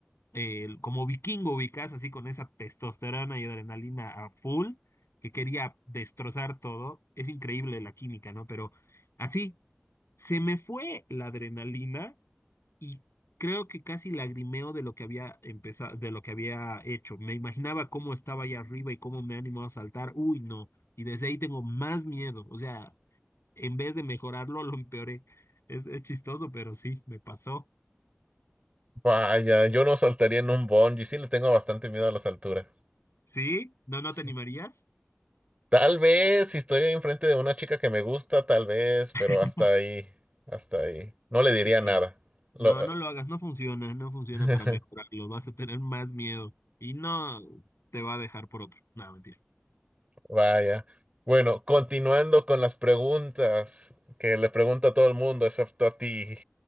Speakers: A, on the left; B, on the right.
A: eh, como vikingo ubicás, así con esa testosterona y adrenalina a full, que quería destrozar todo. Es increíble la química, ¿no? Pero así, se me fue la adrenalina y creo que casi lagrimeo de lo que había empezado, de lo que había hecho. Me imaginaba cómo estaba allá arriba y cómo me animó a saltar. Uy, no. Y desde ahí tengo más miedo. O sea, en vez de mejorarlo, lo empeoré. Es, es chistoso, pero sí, me pasó.
B: Vaya, yo no saltaría en un bungee, sí le tengo bastante miedo a las alturas.
A: ¿Sí? ¿No, no
B: Sí.
A: te animarías?
B: Tal vez si estoy enfrente de una chica que me gusta, tal vez, pero
A: <laughs>
B: hasta ahí, hasta ahí. No le diría
A: Sí.
B: nada. Lo-
A: No, no lo hagas, no funciona, no funciona
B: <laughs>
A: para mejorarlo, vas a tener más miedo y no te va a dejar por otro. No, mentira.
B: Vaya. Bueno, continuando con las preguntas que le pregunto a todo el mundo, excepto a ti.